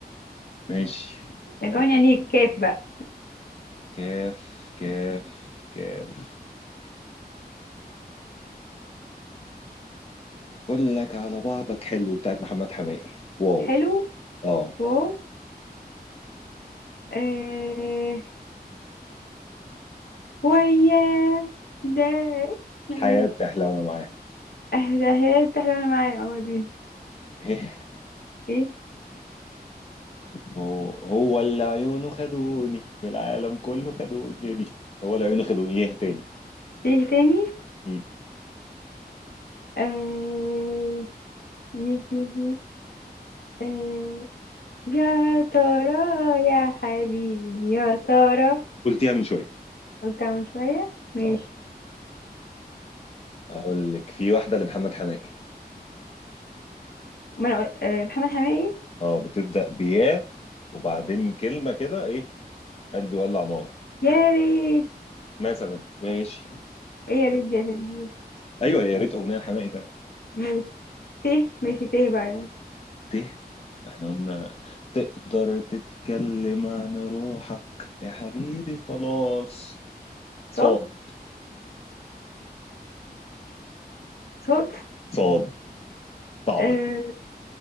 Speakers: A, on the left; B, on the left.
A: ماشي لأي
B: رجعوني عليك كيف بقى
A: كاف كاف كاف اقول لك على بعضك حلو بتاعت محمد حماقي واو
B: حلو
A: اه
B: واو آه ويا ده اسمه
A: الحياة
B: ايه
A: بتحلى وانا معاه
B: آه، ده هي استحلى وانا معايا اه دي
A: <laughs>
B: ايه
A: هو هو اللي عيونه خدوني من العالم كله خدوني هي دي هو اللي عيونه خدوني ايه تاني
B: ايه تاني
A: مم.
B: آه يه- يه- يه. آه، يا ترى يا حبيبي يا ترى
A: قلتيها من شوية
B: قلت اعمل شوية ماشي
A: اه اقول لك في واحدة لمحمد حماقي
B: من آه محمد حماقي
A: اه بتبدأ بياه وبعدين كلمة كده ايه قلبي ولع نار
B: يا ريت
A: مثلا ماشي
B: ايه يا ريت دي يا سيدي؟
A: <laughs> ايوه يا ريت اغنية لحماقي فعلا
B: ماشي ته ماشي ته بقى يعني.
A: ت احنا قلنا تقدر تتكلم عن روحك يا حبيبي خلاص صاد
B: صوت صوت
A: صاد صعبة
B: آه
A: دي.